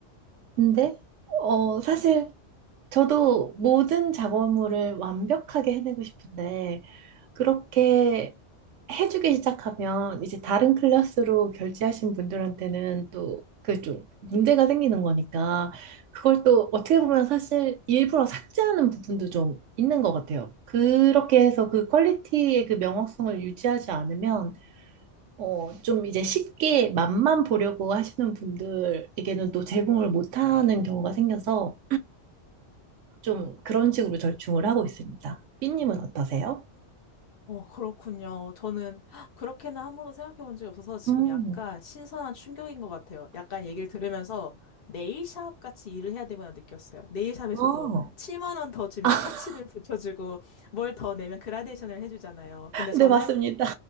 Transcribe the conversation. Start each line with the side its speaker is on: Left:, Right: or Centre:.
Right: 근데 어, 사실 저도 모든 작업물을 완벽하게 해내고 싶은데, 그렇게 해주기 시작하면 이제 다른 클래스로 결제하신 분들한테는 또 그 좀 문제가 생기는 거니까, 그걸 또 어떻게 보면 사실 일부러 삭제하는 부분도 좀 있는 것 같아요. 그렇게 해서 그 퀄리티의 그 명확성을 유지하지 않으면, 어, 좀 이제 쉽게 맛만 보려고 하시는 분들에게는 또 제공을 못하는 경우가 생겨서, 좀 그런 식으로 절충을 하고 있습니다. 삐님은 어떠세요?
Left: 어, 그렇군요. 저는 그렇게는 한 번도 생각해 본 적이 없어서 지금
Right: 음,
Left: 약간 신선한 충격인 것 같아요. 약간 얘기를 들으면서 네일샵 같이 일을 해야 되구나 느꼈어요. 네일샵에서도
Right: 어,
Left: 7만 원 더 주면
Right: <laughs>
Left: 파츠를 붙여주고 뭘 더 내면 그라데이션을 해주잖아요. 근데 저는
Right: 네, 맞습니다.